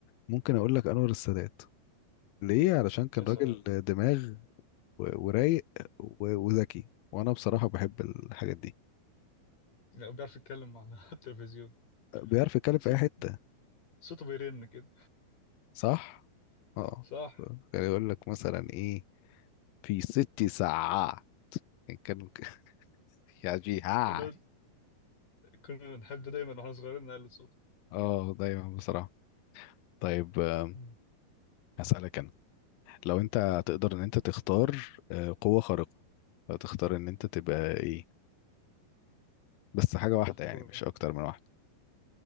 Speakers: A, on the left; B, on the left.
A: ممكن اقول لك انور السادات ليه علشان كان
B: يا سلام
A: راجل دماغ و- ورايق و- وذكي وانا بصراحة بحب الحاجات دي
B: لا بيعرف يتكلم على <laughs> التلفزيون
A: بيعرف يتكلم
B: صوت
A: في اي حتة
B: صوته بيرن كده
A: صح اه
B: صح
A: كان يقول لك مثلا ايه في ست ساعة يعني كان <laughs> يا جيها
B: كنا كنا نحب دايما واحنا صغيرين نعلي الصوت
A: اه دايما بصراحة طيب آم،
B: مم.
A: هسألك انا لو انت تقدر ان انت تختار آه، قوة خارقة هتختار ان انت تبقى ايه بس حاجة واحدة
B: اخترنا
A: يعني مش اكتر من واحدة